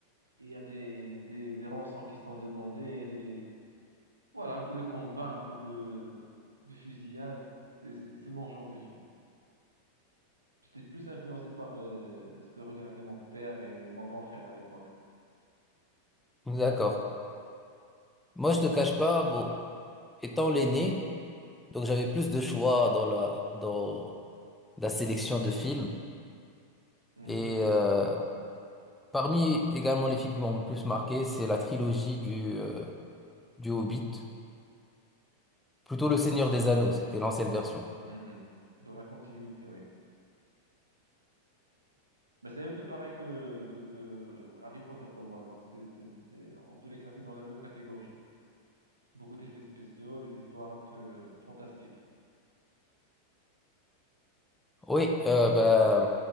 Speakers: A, on the right; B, in the centre.
A: et il y a des, des, des rançons qui sont demandées, il y a des Voilà, un peu de combat, un peu de, de fusillade. C'est c'est- c'est mon genre de film. J'étais plus influencé par euh, ce que regardaient mon père et mon grand frère à l'époque.
B: D'accord. Moi, je te cache pas, bon, étant l'aîné, Donc j'avais plus de choix dans la, dans la sélection de films.
A: Mhm,
B: Et euh, parmi également les films qui m'ont le plus marqué, c'est la trilogie du, euh, du Hobbit, plutôt Le Seigneur des Anneaux, c'était l'ancienne version.
A: mhm. Dans la continuité, oui. Mais c'est un peu pareil que, que, que Harry Potter pour moi. Donc, c'est, c'est- c'est- on peut les classer dans la même catégorie. Beaucoup d'effets spéciaux, des histoires un peu fantastiques.
B: Oui, euh, bah,